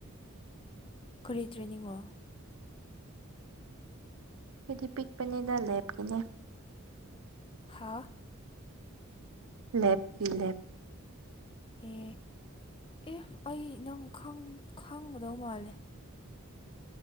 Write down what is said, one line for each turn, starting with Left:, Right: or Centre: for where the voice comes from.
Left: ꯀꯔꯤ ꯇ꯭ꯔꯦꯅꯤꯡꯔꯣ
Right: ꯐꯗꯤ ꯄꯤꯛ ꯄꯗ ꯂꯦꯞꯀꯤꯅꯦ
Left: ꯍꯥꯥ
Right: ꯂꯦꯞꯀꯤ ꯂꯦꯞ
Left: ꯑꯦ ꯑꯦ ꯑꯩ ꯅꯪ ꯈꯪꯒꯗꯧ ꯃꯥꯜꯂꯦ